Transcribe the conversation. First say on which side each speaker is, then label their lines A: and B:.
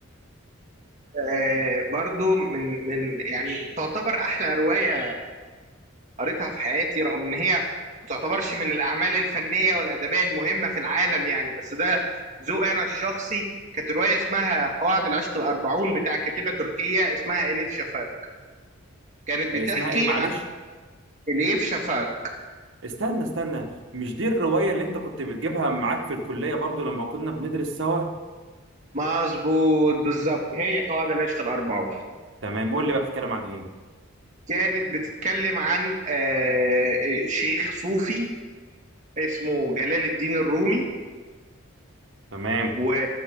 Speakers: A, on the right (about 35°); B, on the right (about 60°).
A: آه، برضو من من يعني تعتبر احلى روايه قريتها في حياتي رغم ان هي ما تعتبرش من الاعمال الفنيه والادبيه المهمه في العالم يعني بس ده ذوق انا الشخصي كانت روايه اسمها قواعد العشق الاربعون بتاع كاتبه تركيه اسمها اليف شفاك
B: <laughs>
A: كانت
B: اسمها
A: بتحكي
B: إيه معلش؟
A: عن اليف شفاك
B: استنى استنى مش دي الرواية اللي انت كنت بتجيبها معاك في الكلية برضو لما كنا بندرس سوا
A: مظبوط بالظبط هي قواعد العشق الاربعون
B: تمام قول لي بقى بتتكلم عن ايه
A: كانت بتتكلم عن آه، آه، شيخ صوفي اسمه جلال الدين الرومي
B: تمام
A: و